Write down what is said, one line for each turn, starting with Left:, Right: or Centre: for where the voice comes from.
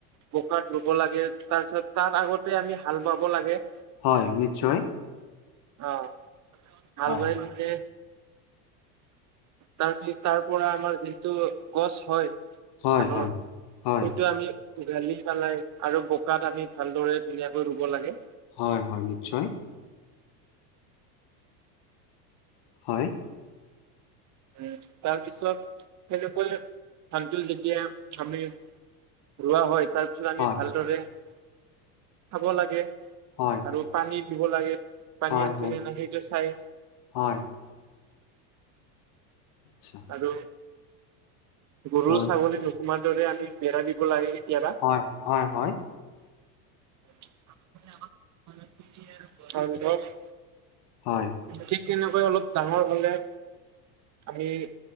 Right: বোকাত ৰুব লাগে তাপিছত তাৰ আগতে আমি হাল বাব লাগে।
Left: হয়! নিশ্চয়।
Right: অঁ সাল
Left: হয়
Right: বায় নিলে তাৰপি তাৰ পৰা আমাৰ যিটো গছ হয় ধানৰ
Left: হয় হয়
Right: সেইটো
Left: হয়
Right: আমি ঘালি পেলাই আৰু বোকাত আমি ভালদৰে ধুনীয়াকৈ ৰুব লাগে।
Left: হয় হয় নিশ্চয়। হয়।
Right: উম তাৰপিছত সেনেকৈ ধানটোল যেতিয়া আমি। ৰোৱা হয় তাৰপিছত আমি
Left: হয়
Right: ভালদৰে চাব লাগে।
Left: হয়।
Right: আৰু পানী দিব লাগে পানী
Left: হয়
Right: আছে
Left: হয়
Right: নে নাই সেইটো চাই।
Left: হয়। <unintelligible>
Right: আৰু গৰু
Left: হয়
Right: ছাগলী নোসোমাৰ দৰে আমি বেৰা দিব লাগে কেতিয়াবা।
Left: হয় হয় হয়।
Right: <unintelligible>
Left: হয়।
Right: ঠিক তেনেকৈ অলপ ডাঙৰ হ'লে। আমি